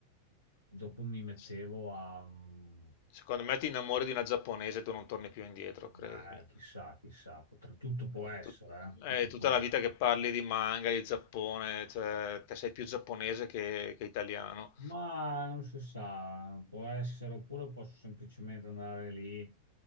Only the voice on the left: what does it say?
S-
Secondo me ti innamori di una giapponese e tu non torni più indietro, credimi.
Eh,
tut-
è
tutta
la
vita che parli di manga, di Giappone, cioè, te sei più giapponese che, che italiano.